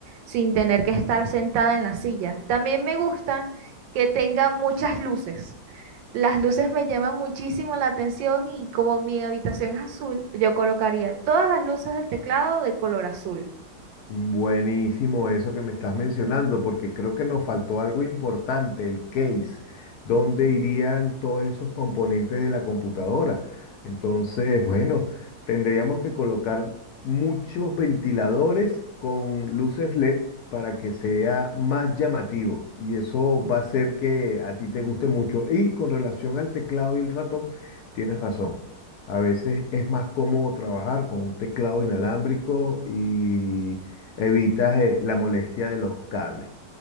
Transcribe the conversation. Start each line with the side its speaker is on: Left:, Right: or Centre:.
Right: sin tener que estar sentada en la silla. También me gusta que tenga muchas luces. Las luces me llaman muchísimo la atención y como mi habitación es azul, yo colocaría todas las luces del teclado de color azul.
Left: Buenísimo eso que me estás mencionando, porque creo que nos faltó algo importante, el case, dónde irían todos esos componentes de la computadora. Entonces, bueno, tendríamos que colocar muchos ventiladores con luces LED para que sea más llamativo y eso va a hacer que a ti te guste mucho. Y con relación al teclado y el ratón, tienes razón. A veces es más cómodo trabajar con un teclado inalámbrico y evitas eh, la molestia de los cables.